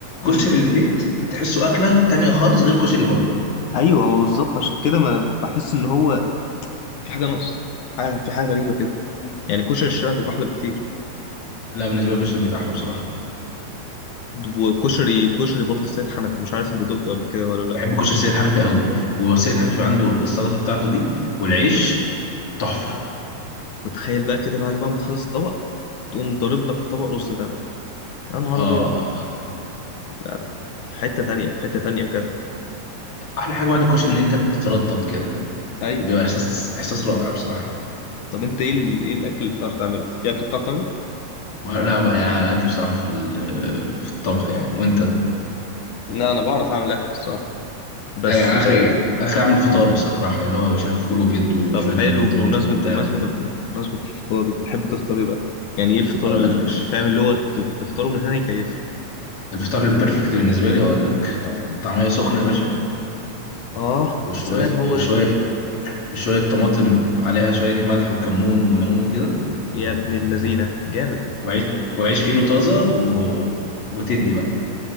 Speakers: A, on the left; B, on the left.
A: امم
B: كشري البيت تحسه اكله تانية خالص غير كشري بره
A: ايوه بالظبط عشان كده ما انا بحس ان هو في حاجه ناقص حاجة- في حاجه غريبه كده يعني كشري الشارع بيبقى احلى بكتير
B: لا بالنسبه لي كشري البيت احلى بصراحه
A: د- وكشري كشري برضه سيد حنفي مش عارف انت دقته قبل كده ولا
B: بحب
A: لا
B: كشري سيد حنفي قوي وسيد حنفي عنده السلطه بتاعته دي والعيش تحفه
A: وتخيل بقى كده بعد بقى ما تخلص الطبق تقوم ضارب لك طبق رز ده بقى يا نهار
B: اه
A: ابيض لا لا في حته تانية في حته تانية بجد
B: احلى حاجه بعد الكشري ان انت تترطب كده
A: ايوه
B: بيبقى احساس احساس رائع بصراحه
A: طب انت ايه ال... ايه الاكل اللي بتعرف تعمله في اكل بتعرف تعمله
B: لا بقى يعني على قدي بصراحة في ال- في الطبخ يعني وانت
A: لا انا بعرف اعمل اكل الصراحه بس
B: يعني يعني اخري
A: آه...
B: اخري اعمل فطار بصراحة اللي هو مش عارف فول وبيض وشوية
A: طب حلو
B: جبنة طماطم
A: بمناسبه
B: وبتاع
A: بمناسبه الف... بمناسبه الفطار بتحب تفطر ايه بقى يعني ايه الفطار
B: اقول
A: اللي
B: لك يا باشا
A: فاهم اللي هو ت- تفطره من هنا يكيفك
B: الفطار البرفكت بالنسبة لي اقول لك
A: اه
B: طعمية سخنة يا باشا
A: اه
B: وشوية
A: السلام هو
B: وشوية
A: ده
B: وشوية طماطم عليها شوية ملح وكمون وليمون كده
A: يا ابن اللذينه جامد
B: وعيش وعيش فينو طازة و... وتدي بقى